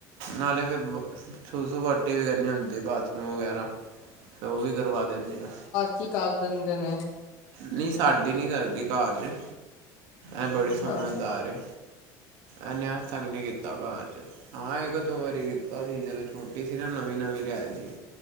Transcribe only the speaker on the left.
ਕੀ ਕਰ ਦਿੰਦੇ ਨੇ।
ਅੱਛਾ।